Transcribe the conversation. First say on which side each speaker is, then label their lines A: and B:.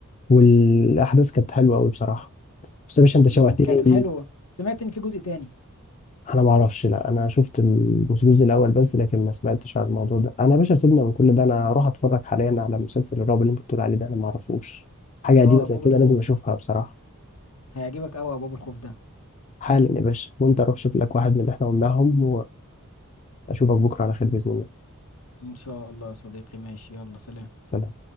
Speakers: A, on the left (about 30°); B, on the left (about 80°).
A: والأحداث كانت حلوة أوي بصراحة بس يا باشا أنت شوقتني
B: امم كان حلو سمعت ان في جزء تاني
A: انا ما اعرفش لا انا شفت ال- مش الجزء الاول بس لكن ما سمعتش عن الموضوع ده انا يا باشا سيبنا من كل ده انا هروح اتفرج حاليا على مسلسل الرعب اللي انت بتقول عليه ده انا ما اعرفوش حاجه
B: اه
A: قديمه زي
B: ابواب
A: كده
B: الخوف
A: لازم اشوفها بصراحه
B: هيعجبك قوي ابواب الخوف ده
A: حالا يا باشا وانت روح شوف لك واحد من اللي احنا قلناهم واشوفك بكره على خير باذن الله
B: ان شاء الله يا صديقي ماشي يلا سلام
A: سلام